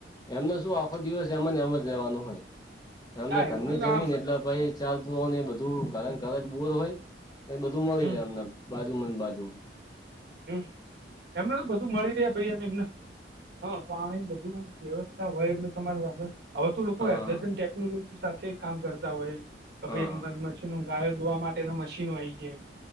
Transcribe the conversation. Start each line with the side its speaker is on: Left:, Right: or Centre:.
Left: એમને શું આખો દિવસ એમ જ એમ જ રેવાનું હોય. એમને
Right: ના
Left: ધર ની
Right: તો
Left: જમીન
Right: આ ખરું
Left: એટલે પછી ચાર પુરોને એ બધું કારણ ઘર બુર હોય. એ બધું મળી
Right: હમ
Left: રહે એમને બાજુ મા ન બાજુ મા.
Right: હમ એમને તો બધું મળી રહ્યા ભાઈ એને એમને. હા પાણી બધું વ્યવસ્થા હોય એટલે તમારું વાંધો નય. હવે તો લોકો
Left: હા
Right: અધ્યતન ટેકનોલોજી સાથે કામ કરતા હોય.
Left: હા
Right: ભય અ મશીનો ગાયો દોવા માટે ના મશીનો આવી ગ્યા એમ.